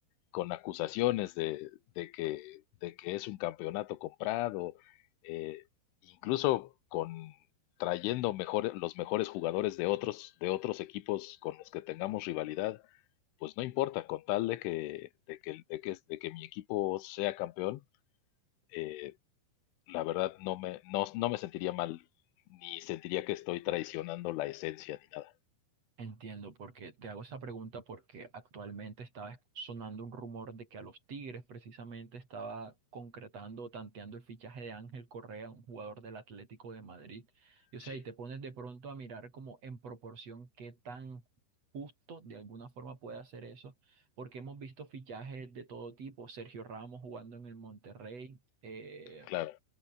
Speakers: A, on the left; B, on the right.
A: con acusaciones de, de que, de que es un campeonato comprado, eh, incluso con trayendo mejor, los mejores jugadores de otros, de otros equipos con los que tengamos rivalidad, pues no importa, con tal de que, de que, de que, de que mi equipo sea campeón, eh, la verdad no me, no, no me sentiría mal, ni sentiría que estoy traicionando la esencia ni nada.
B: Entiendo, porque te hago esa pregunta porque actualmente estaba sonando un rumor de que a los Tigres precisamente estaba concretando, o tanteando el fichaje de Ángel Correa, un jugador del Atlético de Madrid. Y o
A: Sí,
B: sea, y te pones de pronto a mirar como en proporción qué tan justo de alguna forma puede hacer eso, porque hemos visto fichajes de todo tipo, Sergio Ramos jugando en el Monterrey. eh,
A: claro,